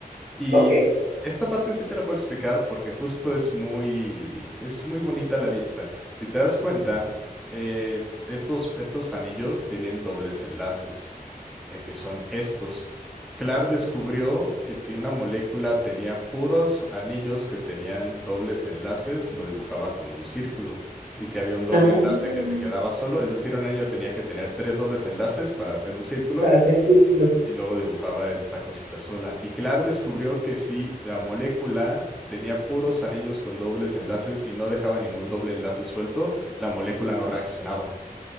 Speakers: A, in the centre; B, on the right.
A: Y
B: Ok.
A: esta parte sí te la puedo explicar porque justo es muy, es muy bonita a la vista. Si te das cuenta, eh, estos, estos anillos tienen dobles enlaces, eh, que son estos. Clark descubrió que si una molécula tenía puros anillos que tenían dobles enlaces, lo dibujaba con un círculo. Y si había un doble
B: Ah,
A: enlace que se quedaba solo, es decir, un anillo tenía que tener tres dobles enlaces para hacer un círculo,
B: para hacer círculo.
A: y luego dibujaba esta cosita sola. Y Clark descubrió que si la molécula tenía puros anillos con dobles enlaces y no dejaba ningún doble enlace suelto, la molécula no reaccionaba.